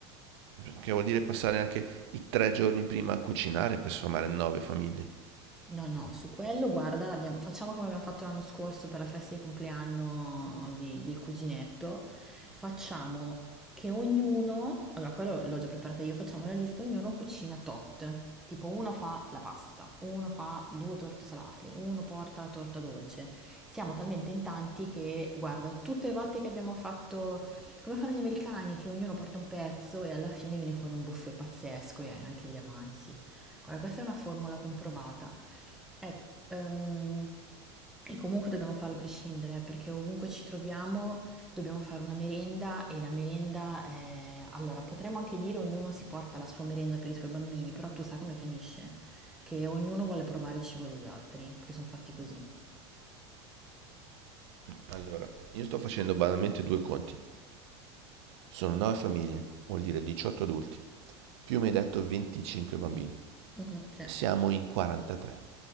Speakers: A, on the right (about 75°); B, in the centre.
A: che vuol dire passare anche i tre giorni prima a cucinare per sfamare nove famiglie.
B: No, no, su quello guarda, l'abbiamo- facciamo come abbiamo fatto l'anno scorso per la festa di compleanno di- del cuginetto. Facciamo che ognuno, allora quello l'ho già preparata io, facciamo la lista, ognuno cucina tot. Tipo uno fa la pasta, uno fa due torte salate, uno porta la torta dolce. Siamo talmente in tanti che, guarda, tutte le volte che abbiamo fatto, come fanno gli americani, che ognuno porta un pezzo e alla fine viene fuori un buffet pazzesco e hai anche gli avanzi. Guarda, questa è una formula comprovata. Eh, ehm, e comunque dobbiamo farlo a prescindere, eh, perché ovunque ci troviamo dobbiamo fare una merenda e la merenda, eh, allora potremmo anche dire ognuno si porta la sua merenda per i suoi bambini, però tu sai come finisce, che ognuno vuole provare il cibo degli altri, perché sono fatti così.
A: Allora, io sto facendo banalmente due conti. Sono nove famiglie, vuol dire 18 adulti. più mi hai detto 25 bambini.
B: Mhm, sì.
A: Siamo in 43.